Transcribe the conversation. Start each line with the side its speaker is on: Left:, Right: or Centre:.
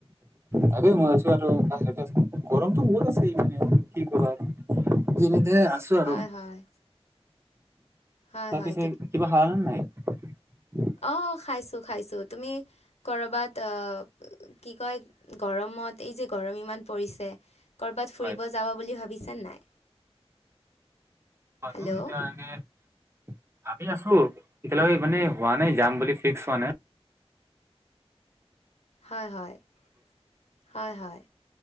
Right: তাকে মই আছো আৰু গৰমটো বহত আছে মানে কি কবা আৰু দিনে তেনে আছো আৰু
Left: হয় হয় হয়
Right: তাৰ
Left: হয়
Right: পিছে কিবা হাৱ ন নাই উম
Left: অ' খাইছো-খাইছো তুমি কৰবাত অ' কি কয় গৰমত এই যে গৰম ইমান পৰিছে ক'বাত ফুৰিব
Right: হয়
Left: যাবা বুলি ভাবিছে নাই।
Right: বাৰতিয়াে
Left: হেল্ল'
Right: ভাবি আছো এতিয়ৈক মানে হোৱা নাই যাম বুলি ফিক্স হোৱা নাই
Left: হয় হয় হয়